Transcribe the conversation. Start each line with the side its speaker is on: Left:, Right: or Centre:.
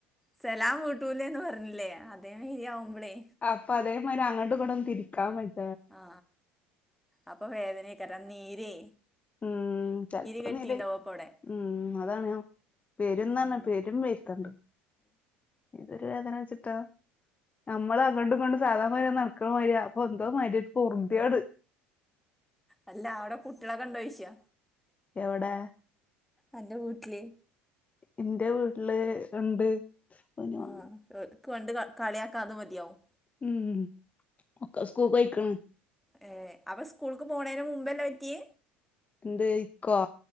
Centre: സലാം വൂട്ടൂലേന്ന് പറഞ്ഞില്ലേ അതേ രിയാവുമ്പോളേ
Left: അപ്പൊ അതേമാതിരി അങ്ങട്ട ഇങ്ങട്ട് ഒന്ന് തിരിക്കാൻ പ
Centre: ആ അപ്പൊ വേദനക്കട്ട നീര്
Left: ഉം ചല്പ്പം
Centre: കെട്ടീണ്ടാവും
Left: നീല
Centre: അപ്പ അവിടെ
Left: ഉം അതാണയോ വരും
Centre: ആഹ്
Left: പേരും വരുത്തണ്ട് ഏതൊരു വേദന വെച്ചിട്ടാ നമ്മള് അങ്ങണ്ടും കൊണ്ട് സാധാണമാ നടക്കണ വതിരി അപ്പൊ എന്തോ മതി ഒരു കുറിന്തിയോട്
Centre: അല്ല അവിടെ കുട്ടികളെ കണ്ടോഴിച്ചിയ
Left: എവിടെ
Centre: എന്റെ വീട്ടില്
Left: എന്റെ വീട്ടില് ഉണ്ട് ഓന്
Centre: ആഹ
Left: വാ-
Centre: കണ്ട് കളിയക്കാത മതിയാവും
Left: ഉം ഒക്ക സ്കൂൾ കഴിക്കണ
Centre: ഏ അവ സ്കൂൾക്ക് പോണേന് മുമ്പല്ലാം പറ്റി
Left: എന്ത് ഇക്കോ